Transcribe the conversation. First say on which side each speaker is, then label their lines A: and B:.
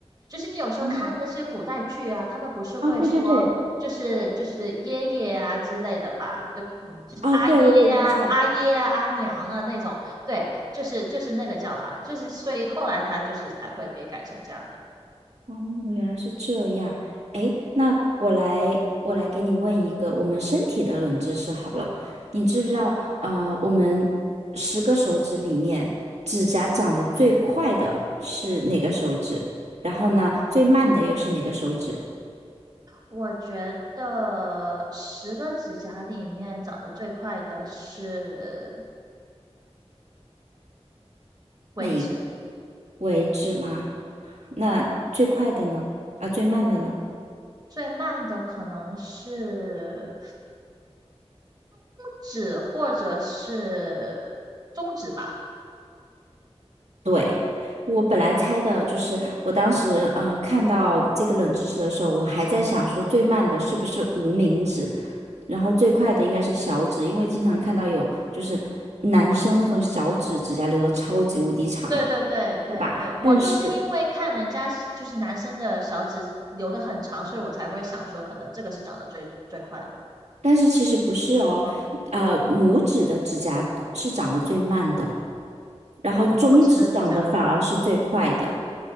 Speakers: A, on the right; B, on the right.
A: 就是你有时候看那些古代剧啊，
B: 哦，
A: 他们不是会说，
B: 啊，对对对
A: 就是就是爷爷啊之类的吧，
B: 对，
A: 对吧就是阿爷啊、
B: 啊，对，我有印象。
A: 阿爷啊、阿娘啊那种，对。就是就是那个叫法，就是所以后来它就是才会被改成这样的。
B: 哦，原来是这样。诶，那我来，我来给你问一个我们身体的冷知识好了。你知不知道，
A: 嗯，
B: 呃，我们十个手指里面，指甲长得最快的是哪个手指？然后呢，最慢的又是哪个手指？
A: 我觉得十个指甲里面长得最快的是
B: 那一个
A: 指，
B: 为止吗？那最快的呢？啊，最慢的呢？
A: 最慢的可能是指或者是中指吧。
B: 对，我本来猜的就是，我当时呃看到这个冷知识的时候，我还在想说最慢的是不是无名指，然后最快的应该是小指，因为经常看到有就是男生那种小指指甲留的超级无敌长，
A: 对对对对对，
B: 对吧？
A: 我就是因为看人家就是男生的小指留的很长，
B: 但是
A: 所以我才会想说可能这个是长得最最快的。
B: 但是其实不是哦，呃，拇指的指甲是长得最慢的，然后中指长得反而是最快的。
A: 哦，拇指的指甲，